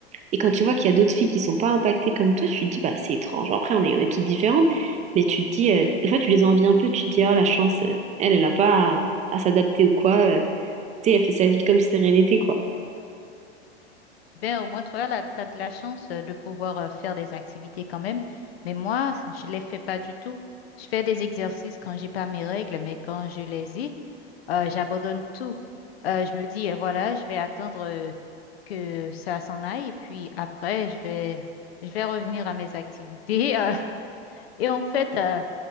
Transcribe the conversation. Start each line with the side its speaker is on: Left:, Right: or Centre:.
Right: Et quand tu vois qu'il y a d'autres filles qui sont pas impactées comme toi, tu te dis, bah, c'est étrange. Bon, après, on est, on est toutes différentes, mais tu te dis, euh, des fois, tu les envies un peu, tu te dis, oh, la chance, euh, elle, elle a pas à, à s'adapter ou quoi. euh, tu sais, elle fait sa vie comme si de rien n'était, quoi.
Left: Ben, au moins, toi, là, tu as de la chance euh, de pouvoir euh, faire des activités quand même. Mais moi, je les fais pas du tout. Je fais des exercices quand j'ai pas mes règles, mais quand je les ai, euh, j'abandonne tout. Euh, je me dis, euh, voilà, je vais attendre euh, que ça s'en aille et puis après, je vais, je vais revenir à mes activités. <laughs> euh. et en fait, euh,